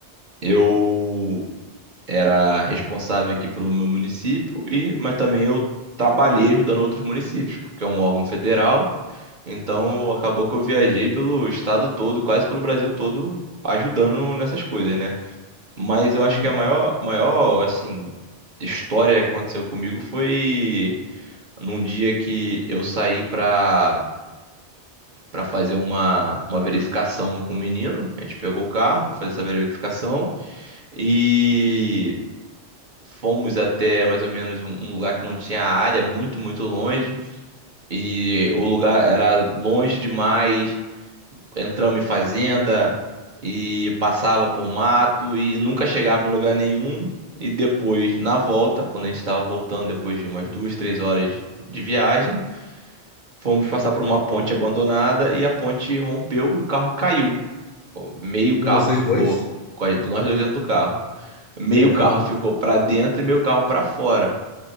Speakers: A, on the right; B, on the left.
A: Eu era responsável aqui pelo meu município e mas também eu trabalhei ajudando outros municípios, porque é um órgão federal. Então acabou que eu viajei pelo estado todo, quase pelo Brasil todo, ajudando nessas coisas, né? Mas eu acho
B: Uhum.
A: que a maior, maior, assim, história que aconteceu comigo foi num dia que eu saí pra, pra fazer uma, uma verificação com o menino. A gente pegou o carro, foi fazer essa verificação e fomos até mais ou menos um, um lugar que não tinha área, muito, muito longe. E o lugar era longe demais. entramos em fazenda e passava por mato e nunca chegava em lugar nenhum. E depois, na volta, quando a gente estava voltando, depois de umas duas, três horas de viagem, fomos passar por uma ponte abandonada e a ponte rompeu e o carro caiu. Meio carro
B: Com vocês
A: ficou,
B: dois?
A: com a- nós dois dentro do carro. Meio
B: Credo.
A: carro ficou para dentro e meio carro para fora.